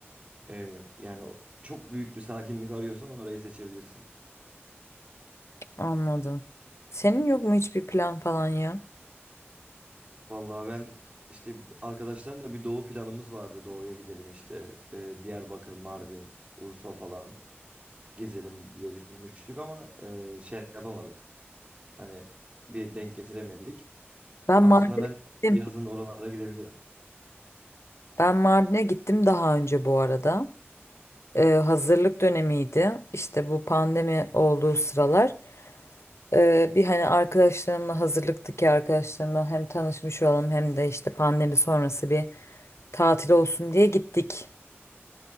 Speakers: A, on the right (about 30°); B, on the left (about 80°).
A: Ee, yani o- çok büyük bir sakinlik arıyorsan orayı seçebilirsin.
B: Anladım. Senin yok mu hiçbir plan falan ya?
A: Vallahi ben işte arkadaşlarla bir doğu planımız vardı. Doğuya gidelim işte Ee, Diyarbakır, Mardin, Urfa falan gezelim diye düşünmüştük ama e, şey yapamadık. Hani bir denk getiremedik.
B: Ben
A: Aslında
B: Mardin'e
A: ben
B: gittim.
A: yazın oralara gidebilirim.
B: Ben Mardin'e gittim daha önce bu arada. Ee, hazırlık dönemiydi. İşte bu pandemi olduğu sıralar. Ee, bir hani arkadaşlarımla hazırlıktaki arkadaşlarımla hem tanışmış olalım hem de işte pandemi sonrası bir tatil olsun diye gittik.